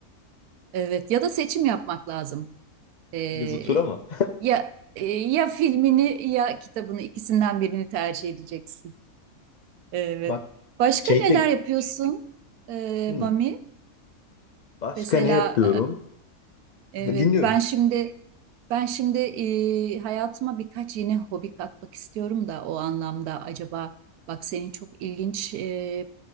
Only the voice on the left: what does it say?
Yazı tura mı?
Bak
şey
de
Hmm,
Başka
ne yapıyorum?
Dinliyorum.